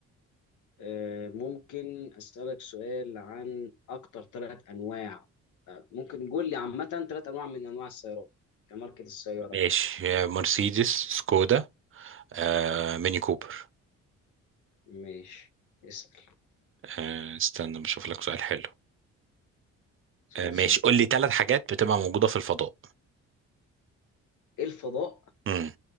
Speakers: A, on the left; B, on the right.
A: آه ممكن اسألك سؤال عن اكتر ثلاث انواع آه ممكن قول لي عامة ثلاث انواع من انواع السيارات كماركة السيارة
B: ماشي
A: يعني
B: يا مرسيدس سكودا آه، ميني كوبر
A: ماشي اسأل
B: آه، استنى بشوف لك سؤال حلو
A: سؤال
B: آه، ماشي
A: سهل
B: قول لي ثلاث حاجات بتبقى موجودة في الفضاء
A: ايه الفضاء
B: مم.